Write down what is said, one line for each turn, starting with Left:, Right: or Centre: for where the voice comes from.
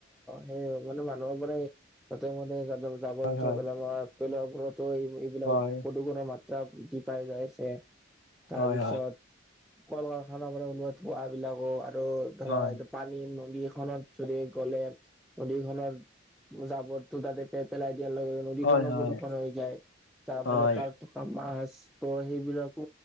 Centre: সেই মানে মানুহৰ পৰাই গতে ম জাবৰ
Left: হয়
Centre: - জোথৰ
Left: হয়
Centre: পেলোৱা পেলোৱাবোৰত। ত এই এইবিলাক
Left: হয়
Centre: প্ৰদূষণৰ মাত্ৰা বৃদ্ধি পাই যাইছে তাৰপিছত
Left: হয়
Centre: কল কাৰখানাৰ পৰা ওলোৱা ধোঁৱা বিলাকো আৰু ধৰা
Left: হয়
Centre: এইটো পানী নদীখনত যদি গ'লে নদী খনত জাবৰটো তাতে পে পেলাই । ইয়াৰ লগে নদীখনো
Left: হয় হয়
Centre: প্ৰদূষণ, হৈ যায় যাৰ
Left: হয়
Centre: ফলত তাত থকা মাছ। ত' সেইবিলাকো